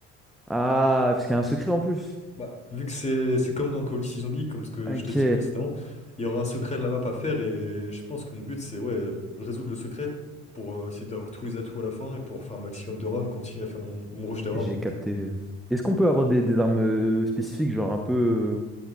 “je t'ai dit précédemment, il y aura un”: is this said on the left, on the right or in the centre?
Left